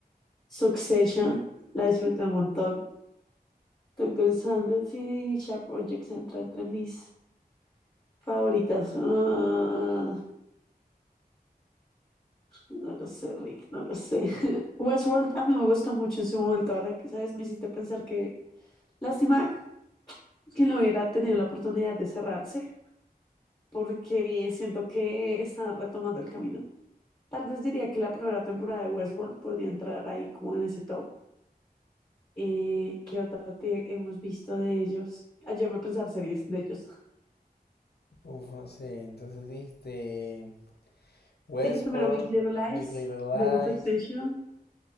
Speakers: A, on the left; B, on the left.
A: Succession. La disfruté un montón. Estoy pensando si Sharp Objects entra entre mis favoritas. Ah, no lo sé, Rick, no lo sé. <laughs> Westworld a mí me gustó mucho en su momento. Ahora que sabes, me hiciste pensar que. Lástima que no hubiera tenido la oportunidad de cerrarse, porque siento que están retomando el camino. Tal vez diría que la primera temporada de Westworld podría entrar ahí como en ese top. Eh, ¿qué otra te hemos visto de ellos? Ayer voy a pensar series de ellos. <laughs>
B: Uf, no sé, entonces dijiste Westworld,
A: Dije primero Big Little Lies,
B: Big Little Lies.
A: The Succession,